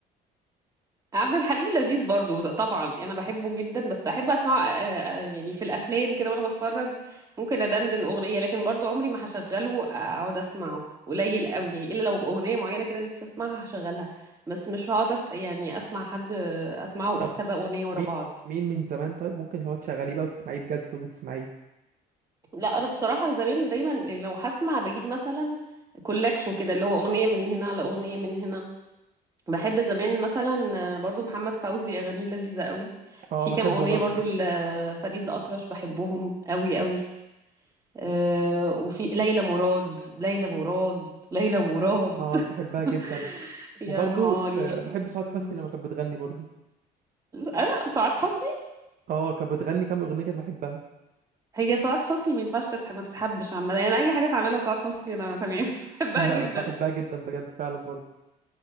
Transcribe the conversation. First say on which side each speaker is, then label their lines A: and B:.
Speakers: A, on the right; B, on the right.
A: عبد الحليم لذيذ برضو طبعا انا بحبه جدا بس احب اسمعه آه، آه، يعني في الافلام كده وانا بتفرج ممكن ادندن اغنيه لكن برضو عمري ما هشغله اقعد اسمعه قليل قوي يعني الا لو اغنيه معينه كده نفسي اسمعها هشغلها بس مش هقعد أس... يعني اسمع حد آه، اسمعه
B: طب
A: كذا اغنيه ورا
B: مين
A: بعض
B: مين من زمان طيب ممكن اللي هو تشغليه بقى وتسمعيه بجد تقعدي تسمعيه
A: لا انا بصراحه زمان دايما لو هسمع بجيب مثلا كولكشن كده اللي هو اغنيه من هنا على اغنيه من هنا بحب زمان مثلا آه، برضو محمد فوزي اغانيه لذيذه قوي
B: اه
A: في
B: بحبه
A: كام اغنيه
B: برضو
A: برضو لفريد الاطرش بحبهم قوي قوي أه وفي ليلى مراد ليلى مراد ليلى مراد
B: اه انا بحبها جدا
A: <laughs>
B: وبرضو
A: يا نهاري
B: آه، بحب سعاد
A: مم.
B: حسني لما كانت بتغني برضو
A: أه سعاد حسني
B: اه كانت بتغني كام اغنيه كده بحبها
A: هي سعاد حسني ما ينفعش تتح- ما تتحبش عامه يعني اي حاجه تعملها سعاد حسني انا تمام <laughs> بحبها
B: <laughs>
A: جدا
B: بحبها جدا بجد فعلا برضو